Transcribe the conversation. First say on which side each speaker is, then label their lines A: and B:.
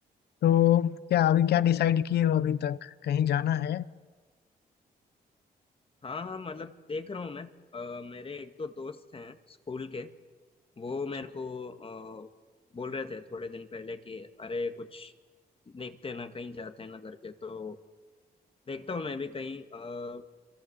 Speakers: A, on the left; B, on the left.
A: तो क्या अभी क्या डिसाइड किए हो अभी तक कहीं जाना है
B: हाँ हाँ मतलब देख रहा हूँ मैं अ, मेरे एक दो दोस्त हैं स्कूल के वो
A: अच्छा
B: मेरे को अ, बोल रहे थे थोड़े दिन पहले कि अरे कुछ देखते हैं ना कहीं जाते हैं ना करके तो देखता हूँ मैं भी कहीं अ,